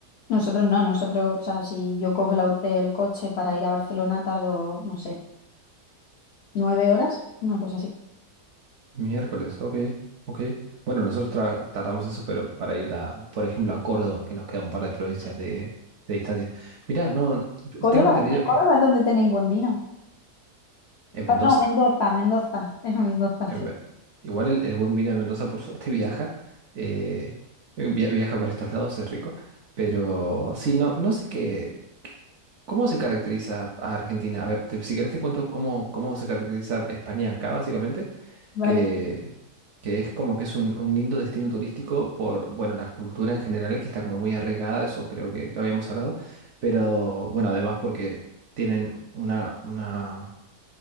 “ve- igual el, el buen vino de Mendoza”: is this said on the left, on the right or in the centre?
Right